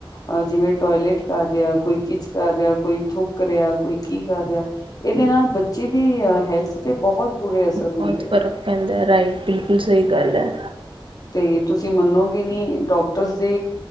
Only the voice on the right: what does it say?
ਬਹੁਤ ਫ਼ਰਕ
ਪੈਂਦਾ ਹੈ ਰਾਈਟ ਬਿਲਕੁਲ ਸਹੀ ਗੱਲ ਹੈ।